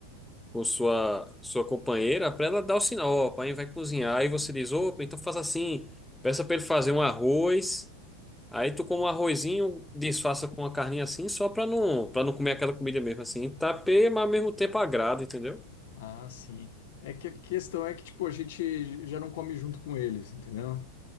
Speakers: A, in the centre; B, on the left.
A: com sua sua companheira para ela dar o sinal, ó, o pai vai cozinhar e você diz, opa, então faça assim, peça para ele fazer um arroz, aí tu come um arrozinho, disfarça com uma carninha assim, só para não para não comer aquela comida mesmo assim, tapeia, mas ao mesmo tempo agrada, entendeu?
B: Ah, sim. É que a questão é que, tipo, a gente já não come junto com eles, entendeu?